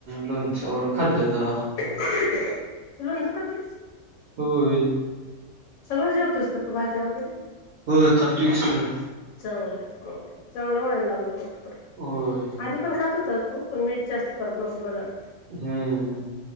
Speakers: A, on the right; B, on the left.
A: लोणच्या बरोबर खाल्ले जरा
B: तु लोणच खातीस
A: होय
B: सगळं जेवतोस का तू भाज्या वगैरे
A: हो खातू की सगळं
B: चांगलंय चांगलंय चांगलं वळण लागलं बघ तर
A: होय
B: आधी पण खात होतस तू? पण मीच जास्त करत नव्हती मला वाटते.
A: हम्म.